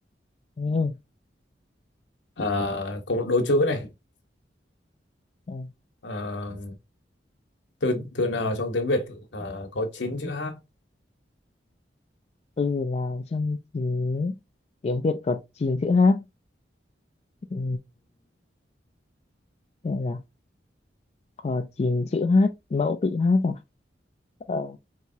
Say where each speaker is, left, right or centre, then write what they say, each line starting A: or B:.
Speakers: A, on the left; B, on the left.
A: ừ.
B: Ờ, có một đố chữ này
A: ừ.
B: Ờ, từ từ nào trong tiếng Việt ờ, có 9 chữ H
A: từ nào trong chín tiếng Việt có chín chữ hát ừ. xem nào có chín chữ hát mẫu tự hát à ờ,